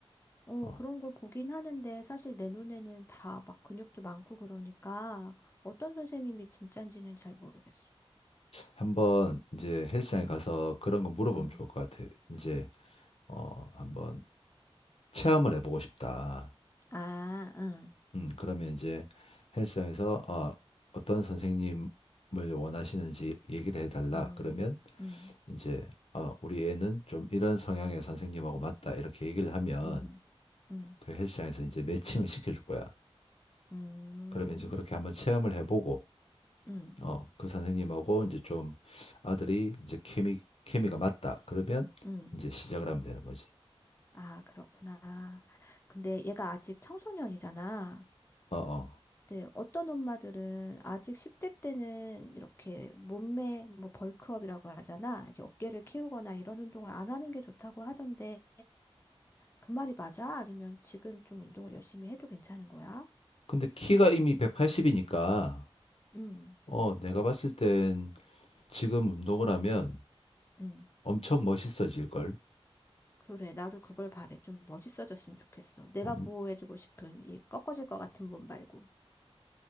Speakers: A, on the left (about 25°); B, on the left (about 80°).
A: 어,
B: 어,
A: 그런 걸 보긴 하는데 사실 내 눈에는 다 막 근육도 많고 그러니까 어떤 선생님이 진짠지는 잘 모르겠어.
B: 한번 이제 헬스장에
A: 음.
B: 가서 그런 거 물어보면
A: 음.
B: 좋을 것 같아. 이제 어, 한번 체험을 해보고 싶다.
A: 아, 응.
B: 음, 그러면 이제 헬스장에서 어, 어떤 선생님을 원하시는지 얘기를 해달라.
A: 음.
B: 그러면
A: 음.
B: 이제 어, 우리 애는 좀 이런 성향의 선생님하고 맞다. 이렇게 얘기를 하면
A: 음. 음.
B: 그 헬스장에서 이제 매칭을 시켜줄 거야.
A: 음.
B: 그러면 이제 그렇게 한번 체험을 해보고
A: 음.
B: 어, 그 선생님하고 이제 좀 아들이 이제 케미, 케미가 맞다. 그러면
A: 음.
B: 이제 시작을 하면 되는 거지.
A: 아, 그렇구나. 근데 얘가 아직 청소년이잖아.
B: 어, 어.
A: 근데 어떤 엄마들은 아직 10대 때는 이렇게 몸매, 뭐 벌크업이라고 하잖아. 이렇게 어깨를 키우거나 이런 운동을 안 하는 게 좋다고 하던데, 그 말이 맞아? 아니면 지금 좀 운동을 열심히 해도 괜찮은 거야?
B: 근데 키가 이미 180이니까,
A: 음,
B: 어, 내가 봤을 땐 지금 운동을 하면
A: 음.
B: 엄청 멋있어질 걸.
A: 그래, 나도 그걸 바래. 좀 멋있어졌으면 좋겠어. 내가
B: 어,
A: 보호해주고
B: <laughs>
A: 싶은 이 꺾어질 것 같은 몸 말고.